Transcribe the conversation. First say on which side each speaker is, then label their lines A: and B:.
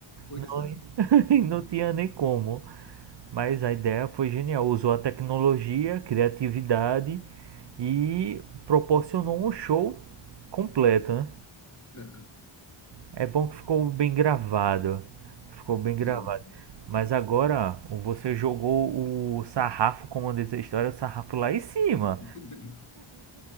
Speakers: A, on the left; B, on the right.
A: Pois
B: Não,
A: é.
B: <laughs>
A: Então,
B: não tinha nem como. Mas a ideia foi genial. Usou a tecnologia, criatividade e proporcionou um show completo, né?
A: é,
B: É bom que ficou bem gravado. Ficou bem gravado.
A: tem...
B: Mas agora você jogou o sarrafo, como diz a história, o sarrafo lá em cima.
A: <laughs>